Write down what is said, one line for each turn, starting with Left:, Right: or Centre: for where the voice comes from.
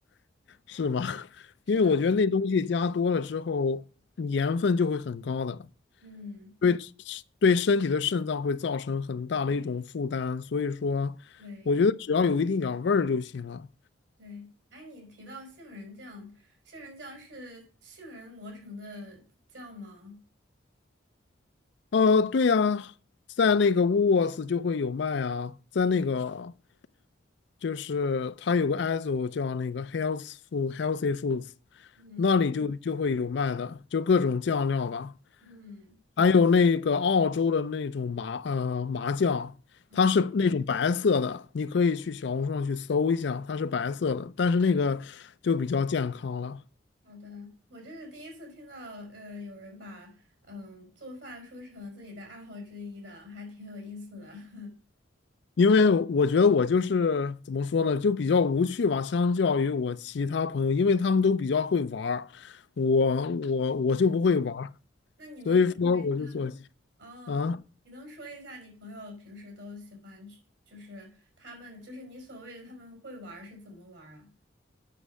Left: 是吧？<laughs>
Right: 是的，
Left: 因为我觉得那东西加多了之后，盐分就会很高的，
Right: 嗯，
Left: 对对身体的肾脏会造成很大的一种负担，所以说，
Right: 对
Left: 我觉得只要有一定点儿味儿就行了。
Right: 对。哎，你提到杏仁酱，杏仁酱是杏仁磨成的酱吗？
Left: 呃，对呀，在那个 w o o 就会有卖啊，在那个。
Right: 嗯
Left: 就是它有个 ISO 叫那个 Health Food Healthy Foods，
Right: 嗯
Left: 那里就就会有卖的，就各种酱料吧，
Right: 嗯，
Left: 还有那个澳洲的那种麻呃麻酱，
Right: 哦
Left: 它是那种白色的，你可以去小红书上去搜一下，它是白色的，但是那个就比较健康了。
Right: 好的，我这是第一次听到，呃，有人把嗯做饭说成自己的爱好之一的，还挺有意思的。<laughs>
Left: 因为我觉得我就是怎么说呢，就比较无趣吧，相较于我其他朋友，因为他们都比较会玩儿，我我我就不会玩儿，
Right: 那你能？那你能说一
Left: 所以说我就做。
Right: 哦？
Left: 啊，
Right: 你能说一下你朋友平时都喜欢去就是他们，就是你所谓的他们会玩儿是怎么玩儿啊？